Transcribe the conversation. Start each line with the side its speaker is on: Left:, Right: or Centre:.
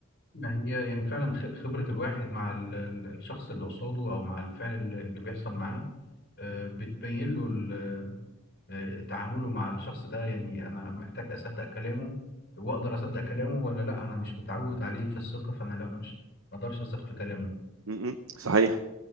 Left: ما هي يعني فعلا خ- خبرة الواحد مع ال- ال- الشخص اللي قصاده أو مع الفعل اللي اللي بيحصل معاه آه، بتبين له ال- آه، تعامله مع الشخص ده يعني أنا محتاج أصدق كلامه وأقدر أصدق كلامه ولا لأ أنا مش متعود عليه في الثقة فأنا لأ مش ما أقدرش أثق في كلامه
Right: م- م، صحيح